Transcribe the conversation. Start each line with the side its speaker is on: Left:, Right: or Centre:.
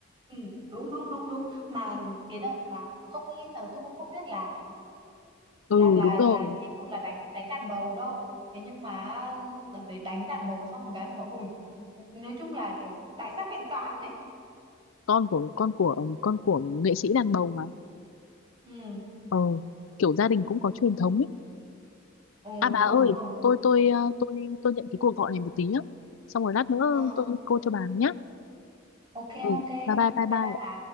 Right: Ừ, đúng đúng đúng đúng mà cái đợt mà không nghĩ là tôi cũng không biết là
Left: ừ
Right: là là
Left: đúng rồi
Right: là Sibun là đánh đánh đàn bầu đâu. Thế nhưng mà đợt đấy đánh đàn bầu xong một cái mà bảo ui nói chung là kiểu tài sắc vẹn toàn đấy.
Left: con của con của con của nghệ sĩ đàn bầu mà
Right: Ừ,
Left: ờ kiểu gia đình cũng có truyền thống ấy
Right: ừ
Left: à
Right: đúng
Left: bà
Right: rồi
Left: ơi
Right: đúng rồi.
Left: tôi tôi ờ, tôi tôi nhận cái cuộc gọi này một tí nhá xong rồi lát nữa
Right: Ờ,
Left: tôi cô cho bà nhá
Right: Ok
Left: ừ
Right: ok.
Left: bye bye bye
Right: Bye
Left: bye
Right: bye bà.